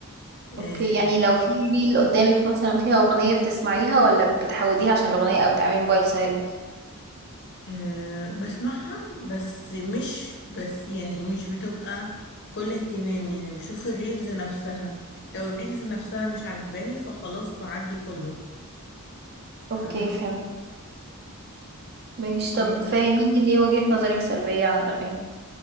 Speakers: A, on the left; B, on the right.
A: آه،
B: اوكي يعني لو في ريل قدامك مثلا فيها اغنيه بتسمعيها ولا بتحوديها عشان الاغنيه او تعملي موبايل سايلنت
A: آه، بسمعها بس مش بس يعني مش بتبقى كل اهتمامي يعني بشوف الريلز نفسها لو الريلز نفسها مش عجباني فخلاص بعدي كله
B: اوكي
A: فاهمة
B: فهمت ماشي
A: آه،
B: طب فاهميني ليه وجهه نظرك سلبيه عن الاغاني